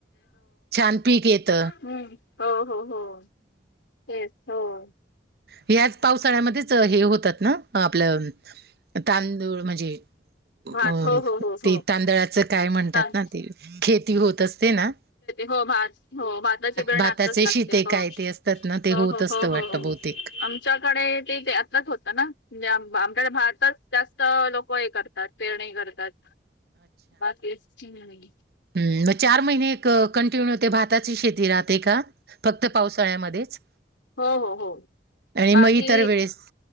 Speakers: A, on the right (about 60°); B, on the left (about 80°).
A: छान पीक येत.
B: हम्म हो हो हो तेचं हो.
A: याचं पावसाळ्यामध्येच हे होतात ना आपलं तांदूळ म्हणजे अ-
B: भात हो हो हो हो
A: ते तांदळाचं काय म्हणतात
B: तांदते
A: ना ते खेती होत असते ना
B: हो भात हो भाताची बिरण
A: भाताचे
B: आत्ताच लागते
A: शेत
B: हो
A: असतात ना ते
B: हो
A: होत
B: हो
A: असतं
B: हो हो
A: वाटतं.
B: हो
A: किती <inaudible>
B: आमच्याकडे ते त्यातलंच होतं ना म्हणजे आमच्याकडे भातच जास्त लोक हे करतात. पेरणी करतात बाकी <inaudible>
A: ह् मग चार महिने एक कंटिन्यू ते भाताची शेती राहते का फक्त पावसाळ्यामध्येच?
B: हो हो हो
A: आणि
B: बाकी
A: म तर वेळेस.